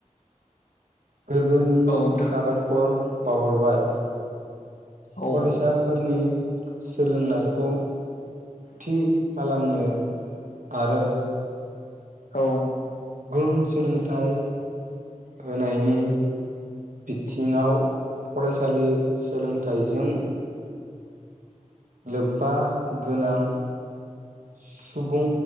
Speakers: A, on the right; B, on the left.
A: गोरबोनि
B: औ नोंथां
A: साबायखर बावहरबाय।
B: औ
A: फरायसाफोरनि सोलोंनायखौ थि खालाम। नो आरो
B: औ।
A: गुन सोलोंथाइ होनायनि बिथिङाव फरायसालि सोलोंथाइजों लोब्बा गोनां सुबुं